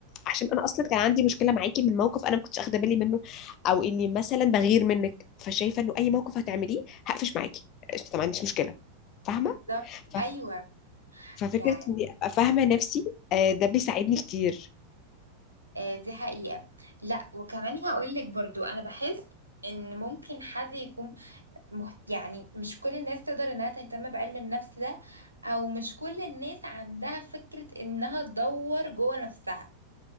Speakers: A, on the left (about 35°); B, on the right (about 85°).
A: عشان انا اصلا كان عندي مشكله معاكي من موقف انا ما كنتش اخده بالي منه او اني مثلا بغير منك فشايفه انه اي موقف هتعمليه هقفش معاكي قشطة، ما عنديش مشكله فاهمه
B: بالظبط
A: ف-
B: ايوه
A: ففكره
B: يعني
A: اني ابقى فاهمه نفسي آه، ده بيساعدني كتير
B: آه، دي حقيقة لا وكمان هقولك برضو انا بحس ان ممكن حد يكون مه... يعني مش كل الناس تقدر انها تهتم بعلم النفس ده او مش كل الناس عندها فكرة انها تدور جوه نفسها